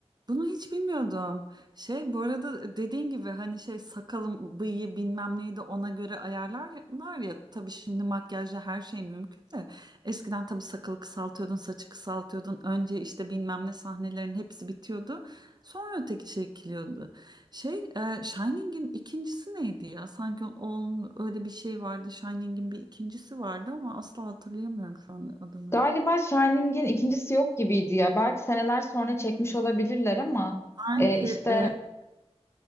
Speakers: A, on the right; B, on the left.
A: bunu hiç bilmiyordum. Şey bu arada dediğin gibi hani şey sakalım, bıyığı bilmem neydi ona göre ayarlarlar ya. Tabii şimdi makyajla her şey mümkün de. Eskiden tabii sakalı kısaltıyordun, saçı kısaltıyordun. Önce işte bilmem ne sahnelerin hepsi bitiyordu. Sonra öteki çekiliyordu. Şey, e, Shining'in ikincisi neydi ya? Sanki onun, onun öyle bir şey vardı. Shining'in bir ikincisi vardı ama asla hatırlayamıyorum şu an adını.
B: Galiba Shining'in ikincisi yok gibiydi ya. Belki seneler sonra çekmiş olabilirler ama
A: Sanki
B: e, işte
A: e,